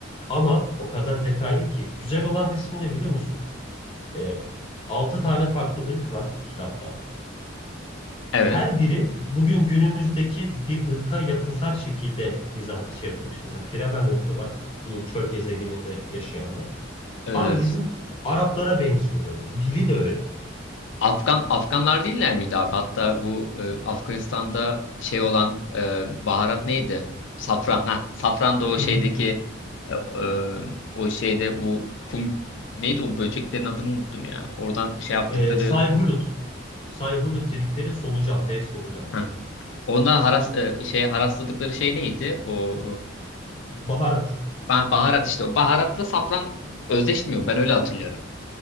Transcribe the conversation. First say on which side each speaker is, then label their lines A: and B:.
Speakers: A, on the left; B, on the left.
A: Ama o kadar detaylı ki. Güzel olan kısmı ne biliyor musun? Ee, 6 tane farklı ırk var kitapta.
B: Evet.
A: Her biri bugün günümüzdeki bir ırka yakınsar şekilde mizah şey yapılmış. Mesela Fremen ırkı var. Bu çöl gezegeninde yaşayanlar.
B: Evet
A: Abi
B: evet.
A: bizim Araplara benziyor böyle. Dili de öyle.
B: Afgan Afganlar değiller miydi abi? Hatta bu e, Afganistan'da şey olan e, baharat neydi? Safran. Ha, safran da o şeydeki
A: Hı.
B: e, e, o şeyde bu kum neydi o böceklerin adını unuttum ya. Oradan şey yaptıkları
A: Ee, sayhulut. Sayhulut dedikleri solucan, dev solucan.
B: hı. Ondan haras e, şey harasladıkları şey neydi? O
A: Baharat.
B: e, bah- baharat işte. O baharatla safran özdeşmiyor. Ben öyle hatırlıyorum.